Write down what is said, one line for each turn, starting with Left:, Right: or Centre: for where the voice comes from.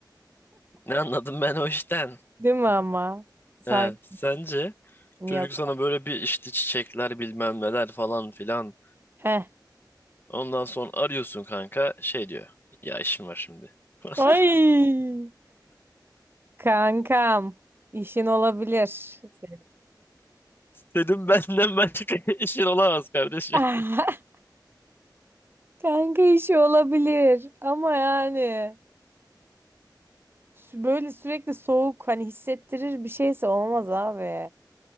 Left: ne anladım ben o işten?
Right: Değil mi ama? Sanki
Left: He, sence
Right: yok.
Left: çocuk sana böyle bir işte çiçekler bilmem neler falan filan.
Right: Heh.
Left: Ondan sonra arıyorsun kanka şey diyor. Ya işim var şimdi. <laughs>
Right: Ay! Kankam, işin olabilir. senin.
Left: Dedim benden başka <laughs> işin olamaz kardeşim.
Right: <laughs> Kanka işi olabilir ama yani sü- böyle sürekli soğuk hani hissettirir bir şeyse olmaz abi.